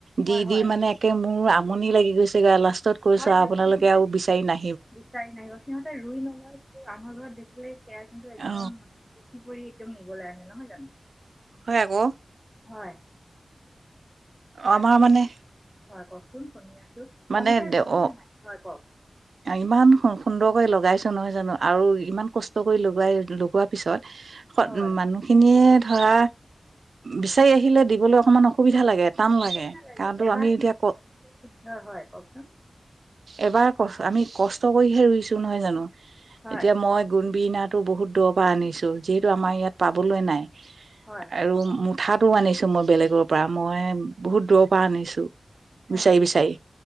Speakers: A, on the right (about 80°); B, in the centre.
A: দি
B: হয়
A: দি
B: হয়
A: মানে একে মোৰ আমনি লাগি গৈছে গৈ লাষ্টত কৈছো
B: হয় দিয়ক
A: আপোনালোকে
B: সিহঁতে
A: আৰু বিচাৰি না
B: বিচাৰি নাহিব সিহঁতে ৰুই নলয় আন্ধাৰ ঘৰত দেখিলে সে কিন্তু একদমচি
A: অ
B: পৰি একদম নিবলৈ আহে নহয় জানো
A: হয় আকৌ
B: হয় তাক
A: আমাৰ
B: কি
A: মানে
B: হয় কওকচোন শুনি আছে
A: মানে
B: অমিতাৰ কিছমান
A: অ
B: নাই হয় কওক
A: ইমান সুন্দৰকৈ লগাইছো নহয় জানো আৰু ইমান কষ্ট কৰি লগাই লগোৱাৰ পিছত উ
B: হয়
A: মানুহখিনিয়ে ধৰা বিচাৰি আহিলে দিবলৈ অকনমান অসুবিধা লাগে টান
B: অসুবিধা লাগে
A: কাৰণতো
B: এবাৰ
A: আমি এতিয়া ক
B: হয় কওকচোন
A: এবাৰ ক আমি কষ্ট কৰিহে ৰুইছো নহয় জানো
B: হয়
A: এতিয়া মই গুণবি নাট বহুত দূৰৰ পৰা আনিছোঁ যিহেতু আমাৰ ইয়াত পাবলৈ নাই
B: হয়
A: <unintelligible> আনিছো মই বেলেগৰ পৰা মই বহুত দূৰৰ পৰা আনিছো।
B: হয়
A: বিচাৰি বিচাৰি